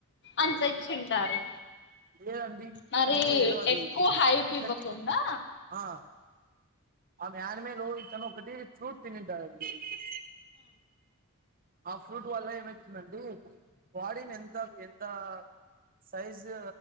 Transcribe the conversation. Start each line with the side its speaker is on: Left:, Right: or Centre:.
Left: అంత ఇచ్చింటారు
Right: లేదండి ఇతను
Left: మరి
Right: ఏదో అది
Left: ఎక్కువ హైపు
Right: ఒకటి
Left: ఇవ్వకుండా
Right: ఆ ఆమె ఆనీమేలు ఇతను ఒకటి ఫ్రూట్ తినింటా <unintelligible> ఆ ఫ్రూట్ వల్ల ఏమైతుందంటే బాడీని ఎంత ఎ త సైజ్ జ్